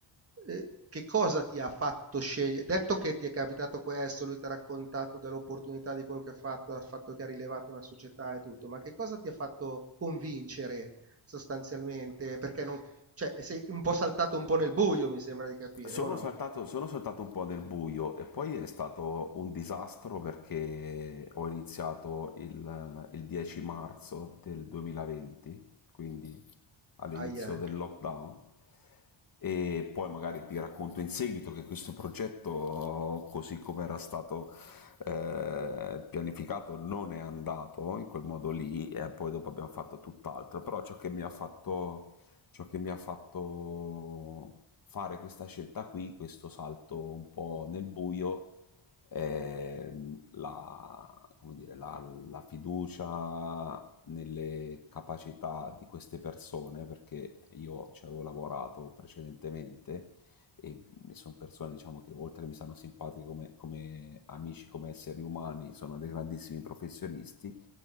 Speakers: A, on the right; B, on the left.
A: Ehm, che cosa ti ha fatto sceglie detto che ti è capitato questo, lui t'ha raccontato dell'opportunità di quello che ha fatto, dal fatto che ha rilevato una società e tutto, ma che cosa ti ha fatto convincere sostanzialmente? Perché non, cioè, sei un po' saltato un po' nel buio, mi sembra di capire,
B: Sono
A: o no?
B: saltato, sono saltato un po' nel buio e poi è stato un disastro perché ho iniziato il, il 10 marzo del 2020, quindi all'inizio
A: Aia.
B: del lockdown e poi magari ti racconto in seguito che questo progetto così come era stato eh, pianificato non è andato in quel modo lì e poi dopo abbiamo fatto tutt'altro però ciò che mi ha fatto ciò che mi ha fatto fare questa scelta qui, questo salto un po' nel buio, è la, come dire, la, la fiducia nelle capacità di queste persone, perché io ci avevo lavorato precedentemente e sono persone diciamo, che oltre che mi stanno simpatiche come, come amici, come esseri umani, sono dei grandissimi professionisti